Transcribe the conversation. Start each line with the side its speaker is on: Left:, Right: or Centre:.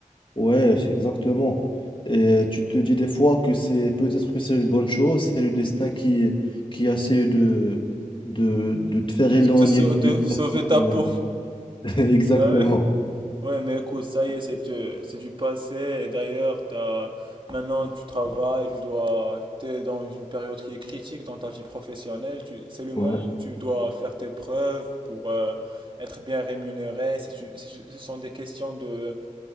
Left: ouais, c'est exactement. Et euh, tu te dis des fois que c'est peut-être que c'est une bonne chose, c'est le destin qui, qui essaie de, de, de te faire éloigner
Right: de, sau-
Left: d'une...
Right: de sauver
Left: <laughs>
Right: ta peau.
Left: Exactement.
Right: <laughs> Ouais, mais écoute, ça y est, c'est du, c'est du passé. Et D'ailleurs, t'as, maintenant, tu travailles, tu dois, t'es dans une période qui est critique dans ta vie professionnelle. Tu, c'est le moment
Left: Ouais,
Right: où tu dois faire tes preuves pour euh, être bien rémunéré. C'est une- c'est- ce sont des questions de,